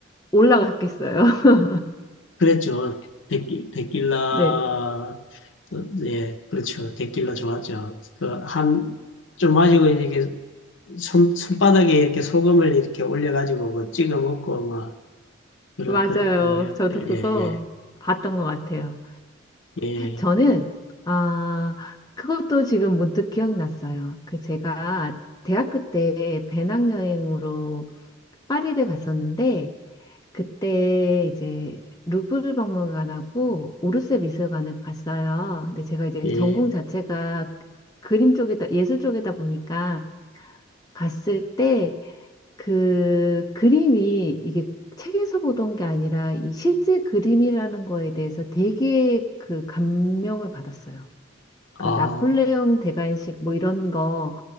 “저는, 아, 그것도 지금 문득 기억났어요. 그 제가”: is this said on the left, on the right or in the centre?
Left